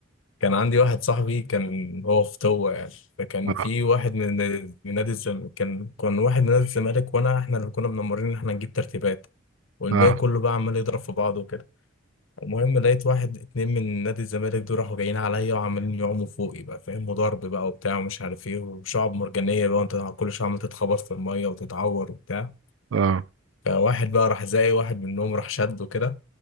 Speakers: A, on the left; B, on the right.
A: كان عندي واحد صاحبي كان هو في طوة يعني فكان
B: اه
A: في واحد من من نادي الزمالك كان كان واحد من نادي الزمالك وانا احنا اللي كنا منمرين ان احنا نجيب ترتيبات والباقي
B: اه
A: كله بقى عمال يضرب في بعضه وكده المهم لقيت واحد اتنين من نادي الزمالك دول راحوا جايين عليا وعمالين يعوموا فوقي بقى فاهم وضرب بقى وبتاع ومش عارف ايه وشعب مرجانية بقى وانت كل شوية عمال تتخبط في المية وتتعور وبتاع
B: اه
A: فواحد بقى راح زي واحد منهم راح شده كده